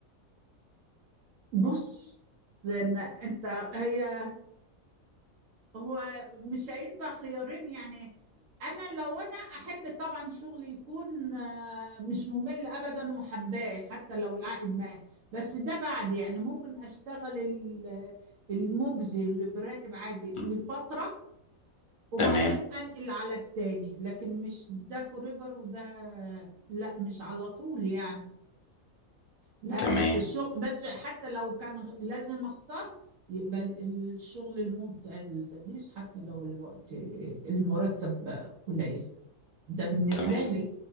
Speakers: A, on the right; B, on the left.
A: بص لأن أنت هي هو مش هينفع خيارين يعني أنا لو أنا أحب طبعا الشغل يكون آه، مش ممل أبدا وحباه حتى لو العائد معاه بس ده بعد يعني ممكن أشتغل ال- المجزي اللي براتب عادي لفترة
B: م.
A: وبعدين
B: تمام
A: انقل على التاني لكن مش ده فوريفر وده لا مش على طول يعني لا
B: تمام
A: بس الشغل بس حتى لو كان غ- لازم اختار يبقى ال- الشغل الممتع اللذيذ حتى لو الوقت المرتب قليل ده بالنسبة
B: تمام
A: لي